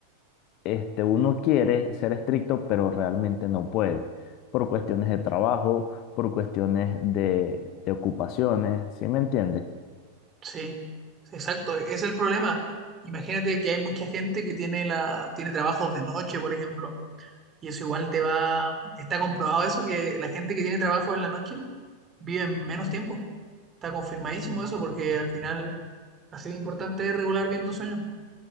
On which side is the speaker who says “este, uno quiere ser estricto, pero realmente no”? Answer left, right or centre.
Left